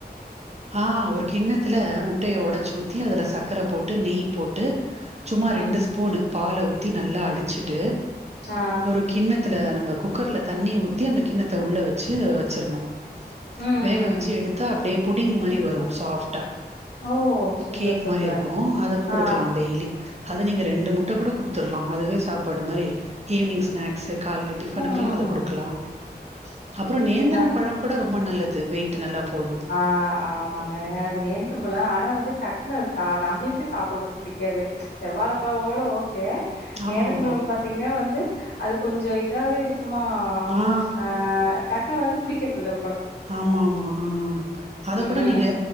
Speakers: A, on the right; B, on the left.
A: ஆஹ் ஒரு கிண்ணத்துல முட்டய ஒடச்சு ஊத் ஊத்தி அதில் சக்கர போட்டு நெய் போட்டு சும்மா
B: ம்.
A: ரெண்டு ஸ்பூனு பால ஊத்தி நல்லா அடிச்சுட்டு
B: ஆ.
A: ஒரு கிண்ண த்துல நம்ப குக்கர்ல தண்ணி ஊத்தி அந்த கிண்ணத்த உள்ள வச்சு வச்சிரணும்
B: ம், ம்.
A: வேக வச்சு எடுத்து <unintelligible> அப்டியே புடிங் மாரி வரும் சாஃப்டா
B: ஓ! சூப்பர்,
A: கேக்
B: சூப்பர்.
A: மாரி இருக்கும் அதுக்கு குடுக்கலாம்
B: ஆ.
A: டெய்லி அது நீங்க ரெண்டு முட்ட கூட கொடுத்துருலாம் அதுவே சாப்பாடு மாரி ஈவினிங் ஸ்நாக்ஸ் காலையில டிஃபனுக்கெலாம்
B: ம்,
A: அத
B: ம்.
A: குடுக்கலாம் <inaudible> அப்பறம்
B: இது
A: நேந்தரம் பழம் கூட ரொம்ப நல்லது வெயிட் இது நல்லா போடு
B: ஆஹ் ஆமாங்க அது நேந்த்த பழம் ஆனா வந்துட ஆன நம்மளுக்கே சாப்பிடறதுக்கு புடிக்காது ச் செவ்வால பழோட ஓ
A: ஆமா
B: நேந்திர
A: ஆமா
B: பழம் பாத்தீங்கன்னா வந்து அது கொஞ்ச இத தா வே இருக்கு உமா
A: ஆ
B: அஹ டக்னு வந்து புடிக்கிறதுதில
A: ஆமா ஆமா ஆ ஆ அத
B: ம்,
A: கூட
B: ம்.
A: நீங்க